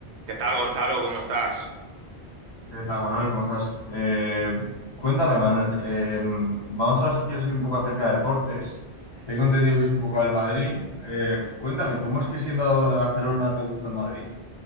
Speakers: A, on the right; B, on the left.
A: ¿Qué tal, Gonzalo? ¿Cómo estás?
B: ¿Qué tal, Manuel? ¿Cómo estás? Eh, cuéntame, Manuel. eh, vamos a hablar si quieres hoy un poco acerca de deportes. Tengo entendido que es un poco al Madrid. Eh, cuéntame, ¿cómo es que siendo de Barcelona te gusta el Madrid?